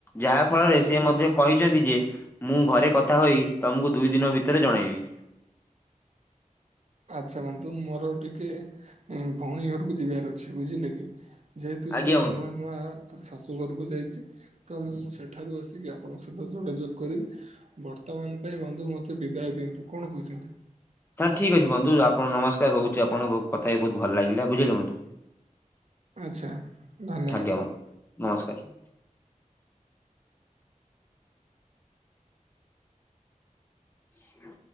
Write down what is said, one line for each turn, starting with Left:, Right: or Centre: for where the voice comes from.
Left: ଯାହା ଫଳରେ
Right: ଆଚ୍ଛା
Left: ସି ମଧ୍ୟ କହିଛନ୍ତି ଯେ ମୁଁ ଘରେ କଥା ହୋଇ ତମକୁ ଦୁଇ ଦିନ ଭିତରେ ଜଣେଇବି।
Right: ଆଚ୍ଛା ବନ୍ଧୁ ମୋର ଟିକେ ଭଉଣୀ ଘରକୁ ଯିବାର ଅଛି ବୁଝିଲେ କି? ଯେହେତୁ
Left: ଆଜ୍ଞା
Right: ସିଏ
Left: ବନ୍ଧୁ।
Right: ନୂଆ ନୂଆ ତାର ଶାଶୁଘରକୁ ଯାଇଛି ତ ମୁଁ ସେଠାରୁ ଆସିକି ଆପଣଙ୍କ ସହିତ ଯୋଗାଯୋଗ କରିବି। ବର୍ତ୍ତମାନ ପାଇଁ ବନ୍ଧୁ ମୋତେ ବିଦାୟ ଦିଅନ୍ତୁ କଣ କହୁଛନ୍ତି?
Left: ତାହେଲେ ଠିକ ଅଛି ବନ୍ଧୁ ଆପଣ ନମସ୍କାର ରହୁଛି ଆପଣଙ୍କ କଥା ବହୁତ ଭଲ ଲାଗିଲା ବୁଝିଲେ ବନ୍ଧୁ।
Right: ଆଚ୍ଛା ଧନ୍ୟବାଦ।
Left: ଆଜ୍ଞା ବନ୍ଧୁ ନମସ୍କାର। ହ